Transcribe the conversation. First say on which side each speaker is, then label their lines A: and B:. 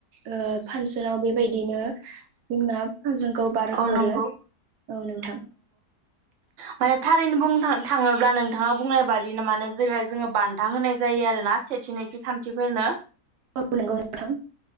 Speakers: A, on the right; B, on the right.
A: ओ फानसनाव बेबायदिनो जोंनाब हजों गाव बारहरो
B: औ नंगौ
A: औ नोंथां।
B: माने थारैनो बुंनो था थाङोब्ला नोंथाङा बुंनाय बादिनो माने जेरैहाय जोङो बान्था होनाय जायो आरोना सेथि नैथि थामथिफोरनो
A: औ नोंगौ नोंथां।